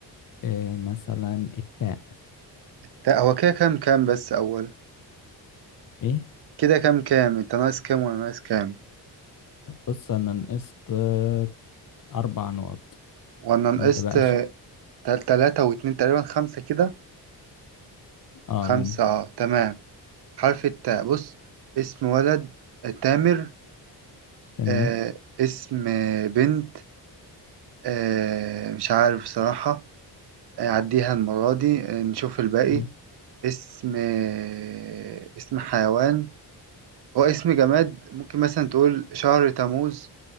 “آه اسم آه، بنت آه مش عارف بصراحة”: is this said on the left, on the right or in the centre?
Right